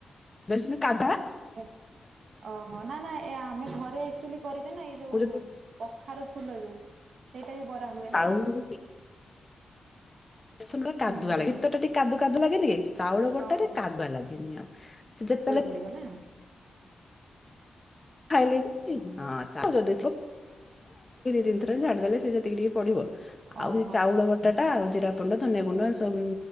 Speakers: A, on the left; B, on the right.
A: ବେସନ କାଭା
B: ବେଶ ଓହୋ ନା ନା ଏ ଆମେ ଘରେ ଏକ୍ଚୁଅଲି କରିଚି ନା ଏଇ
A: ତାକୁ
B: ଯୋଉ
A: ଯଦି
B: କଖାର ଫୁଲ ଯୋଉ ସେଇଟା ବି ବରା ହୁଏ
A: ଚାଉଳ
B: ନା।
A: ବେସନ ଟା କାଦୁଆ
B: ହୁଁ ହୁଁ
A: ଲାଗେ ଭିତରଟା ଟିକେ କାଦୁ କାଦୁ ଲାଗେ ଟିକେ। ଚାଉଳ
B: ହଁ
A: ବଟାରେ କାଦୁଆ ଲାଗେନି ଆଉ ସେ ଯେତେବେଳେ
B: ପଡ଼ିବନା
A: ଖାଇଲେ <unintelligible> ଖାଲି ଦି ତିନିଥର ଏମିତି ଝାଡ଼ିଦେଲେ ସିଏ ଯେତିକି ଟିକେ ପଡ଼ିବ ଆଉ
B: ଓହୋ
A: ସେ ଚାଉଳ ବଟାଟା ଆଉ ଜିରା, <unintelligible> ଧନିଆ
B: ହୁଁ
A: ଗୁଣ୍ଡ ଏମିତି
B: ହୁଁ।
A: ସବୁ